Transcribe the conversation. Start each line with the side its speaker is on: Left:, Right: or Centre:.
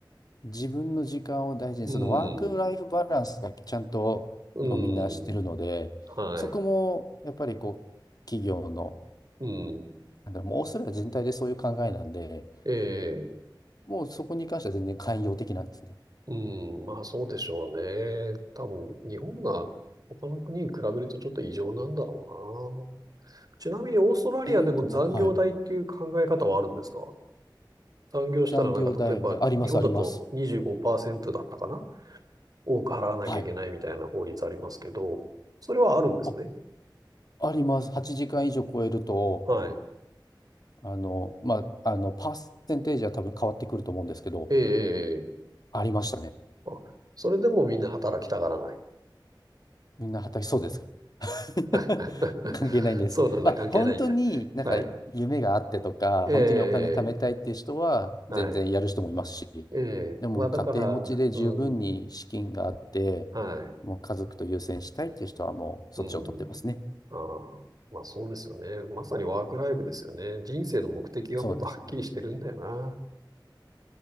Left: 自分の時間を大事に、
Right: うん。
Left: そのワークライフバランスがちゃんと結構みんなしてるので、
Right: うん。はい。
Left: そこもやっぱりこう、企業の、
Right: うん。
Left: なんだろう、もうオーストラリア全体でそういう考えなんで、
Right: ええ
Left: もうそこに関しては全然寛容的なんですね。っ
Right: うん、まあそうでしょうね。多分、日本が他の国に比べるとちょっと異常なんだろうな。ちなみにオーストラリアでも残業代っていう考え方はあるんですか
Left: ていうのは、はい。
Right: 残業したらなんか例えば日本だと25%
Left: 残業代、あります、あります。
Right: だったかな多く払わなきゃいけないみたいな法律ありますけど、
Left: はい。
Right: それはあるんですね。
Left: あ、あります。8時間以上超えると、
Right: はい。
Left: あの、まあ、あの、パーセンテージは多分変わってくると思うんですけど、
Right: ええ、ええ、ええ
Left: ありましたね。
Right: あ、それでもみんな働きたがらない。
Left: みんな働きそうです <laughs>
Right: <laughs>
Left: 関係ないんです。
Right: そうなんだ、
Left: まあ、
Right: 関係ないんだ。
Left: 本当になんか夢があってとか、
Right: はい。ええ、
Left: 本当にお金貯めたいっていう人は全然やる人もいますし、
Right: ええ、ええはい。ええ、
Left: でも家庭持ちで十分に資金があって、
Right: まあだから、うん、はい、
Left: もう家族と優先したいっていう人はもうそっちを取ってますね。
Right: うん、ああ、まあそうですよね。まさにワークライフですよね。人生の目的がもっとはっきりしてるんだよな。
Left: そうですね。